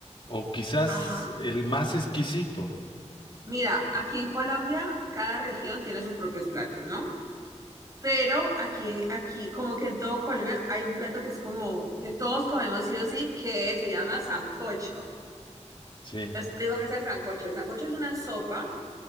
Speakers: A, on the left; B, on the right.
A: o quizás
B: Ajá.
A: el más exquisito?
B: Mira, aquí en Colombia cada región tiene sus propios platos, ¿no? Pero aquí, en- aquí, como que en todo Colombia hay un plato que es como que todos comemos sí o sí, que se llama sancocho.
A: Sí.
B: Te explico qué es el sancocho. El sancocho es una sopa,